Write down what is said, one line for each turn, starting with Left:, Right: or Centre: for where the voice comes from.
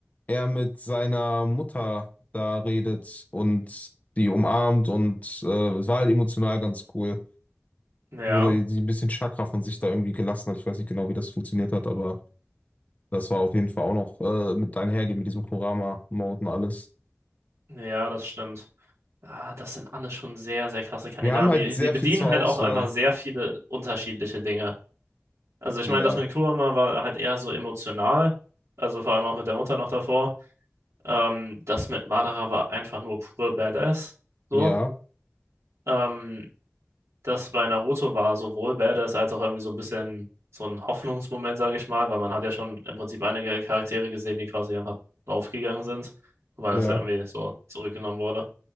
Left: er mit seiner Mutter da redet und die umarmt und äh, es war halt emotional ganz cool.
Right: Ja,
Left: Wurde sie ein bisschen Chakra von sich da irgendwie gelassen hat. Ich weiß nicht genau, wie das funktioniert hat, aber das war auf jeden Fall auch noch äh, mit einhergehen mit diesem Kurama-Mode und alles.
Right: ja, das stimmt. Ah, das sind alles schon sehr, sehr krasse Kandidaten.
Left: Wir haben halt
Right: Die,
Left: sehr
Right: die bedienen
Left: viel zur
Right: halt
Left: Auswahl.
Right: auch einfach sehr viele unterschiedliche Dinge. Also ich
Left: Ja,
Right: meine, das mit Kurama war halt eher so emotional. Also vor allem auch mit der Mutter noch davor. Ähm, das mit Madara war einfach nur pure Badass. So.
Left: ja,
Right: Ähm, das bei Naruto war sowohl badass als auch irgendwie so ein bisschen so ein Hoffnungsmoment, sage ich mal, weil man hat ja schon im Prinzip einige Charaktere gesehen, die quasi einfach draufgegangen sind, wobei das
Left: ja.
Right: ja irgendwie so zurückgenommen wurde.